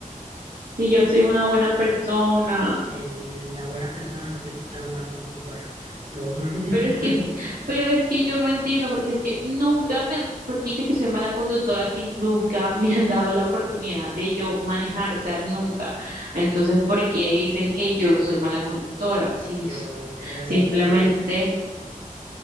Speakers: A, on the right; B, on the right.
A: Si yo soy una buena persona.
B: el- la buena persona no te quita lo mal conductora. Lo uno no tiene.
A: Pero es que,
B: <laughs>
A: es- pero es que yo no entiendo, porque es que nunca me han, porque dicen que soy mala conductora, si nunca me han dado la oportunidad de yo manejar, o sea, nunca. Entonces, ¿por qué dicen que yo soy mala conductora? Si
B: Yo creo en
A: simplemente,
B: mi suegra.